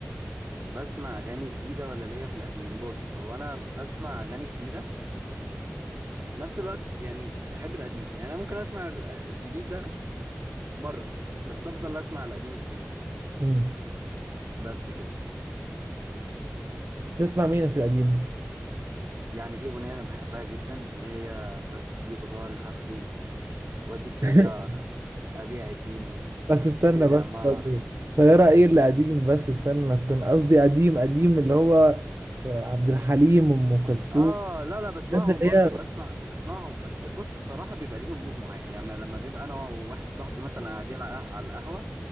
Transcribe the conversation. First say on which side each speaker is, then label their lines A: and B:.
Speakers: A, on the right (about 65°); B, on the right (about 85°).
A: بسمع أغاني جديدة ولا ليا في القديم بص هو أنا بسمع أغاني جديدة في نفس الوقت يعني بحب القديم يعني أنا ممكن أسمع ال- الجديد ده مرة بس أفضل أسمع القديم كتير
B: مم.
A: بس كده
B: تسمع مين في القديم؟
A: يعني في أغنية أنا بحبها جدا اللي هي بس يبغى لها فلوس وأجيب سيارة
B: <laughs>
A: أبيع الدنيا
B: بس استنى
A: أشتري
B: بس
A: عمارة
B: سيارة ايه اللي قديم بس استنى انا كان قصدي قديم قديم اللي هو عبد الحليم ام كلثوم
A: آه لا لا بسمعهم
B: الناس اللي
A: برضو
B: هي
A: بسمع بسمعهم بس بص بصراحة بيبقى ليهم مود معين يعني لما نبقى أنا وواحد صاحبي مثلا قاعدين على على القهوة